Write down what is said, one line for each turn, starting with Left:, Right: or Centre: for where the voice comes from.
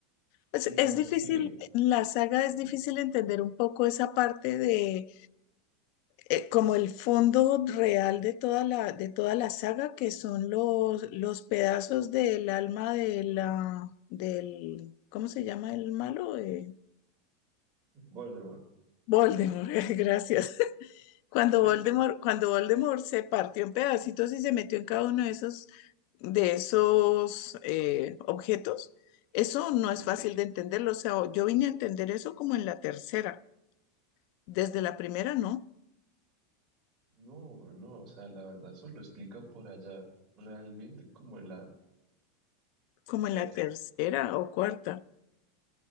Left: Es,
Right: Y Digamos
Left: es difícil,
Right: que
Left: en la saga es difícil
Right: eh,
Left: entender un poco esa parte de eh, como el fondo real de toda la, de toda la saga, que son los, los pedazos del alma de la, del, ¿cómo se llama el malo? Eh,
Right: Voldemort.
Left: Voldemort, <laughs> gracias. Cuando
Right: Sí,
Left: Voldemort, cuando Voldemort se partió en pedacitos y se metió en cada uno de esos, de esos eh, objetos, eso no
Right: sí.
Left: es Sí. fácil de entenderlo. O sea, yo vine a entender eso como en la tercera. Desde la primera, no,
Right: No, no, o sea, la verdad, eso lo explican por allá, realmente como en la
Left: como
Right: sexta.
Left: en la tercera o cuarta.